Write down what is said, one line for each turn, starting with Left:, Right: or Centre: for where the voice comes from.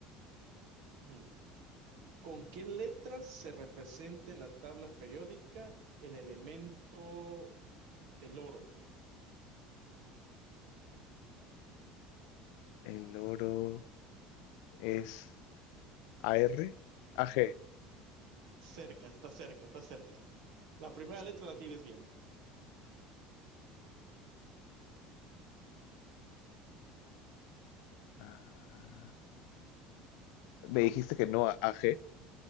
Right: mm, ¿con qué letras se representa en la tabla periódica el elemento del oro?
Left: El oro es A AR, AG.
Right: Cerca, está cerca, está cerca. La primera letra la tienes bien.
Left: Ah, me dijiste que no a AG.